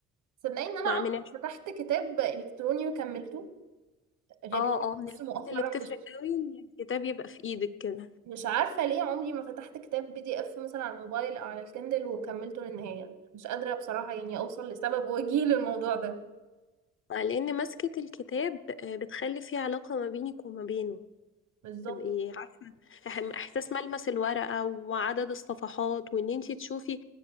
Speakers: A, on the right (about 75°); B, on the left (about 40°).
A: صدقني ان انا
B: ما
A: عمري
B: من
A: ما فتحت كتاب الكتروني وكملته غير
B: اه اه من
A: بس
B: الحاجات
A: مؤخرا
B: اللي بتفرق
A: مش
B: قوي ان الكتاب يبقى في ايدك كده
A: مش عارفة ليه عمري ما فتحت كتاب بي دي اف مثلا على الموبايل او على الكندل وكملته للنهاية مش قادرة بصراحة يعني اوصل لسبب وجيه للموضوع ده
B: لان مسكة الكتاب آه، بتخلي في علاقة ما بينك وما بينه
A: بالظبط
B: تبقي عارفة إح- احساس ملمس الورقة وعدد الصفحات وان انتي تشوفي